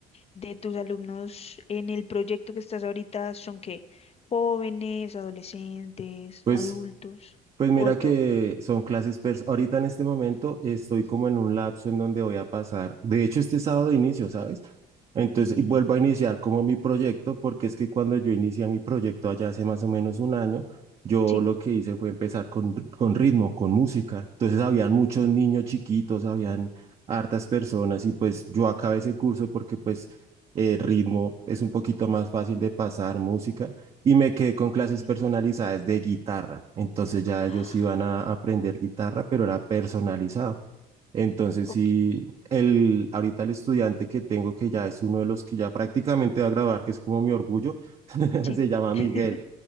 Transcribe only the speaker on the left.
de tus alumnos en el proyecto que estás ahorita, ¿son qué? ¿Jóvenes, adolescentes,
adultos
o de todo?
Ujú.
Genial.
Sí.
Mm.
<gasps>
Ok.
Sí.
<laughs>